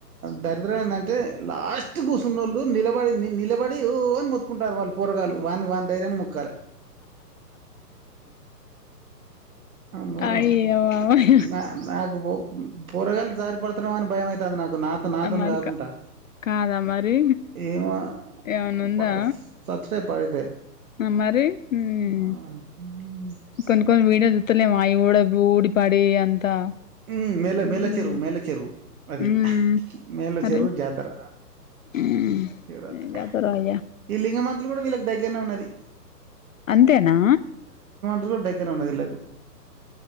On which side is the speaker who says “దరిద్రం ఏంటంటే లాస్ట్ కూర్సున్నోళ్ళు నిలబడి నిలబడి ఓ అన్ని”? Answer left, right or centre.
Right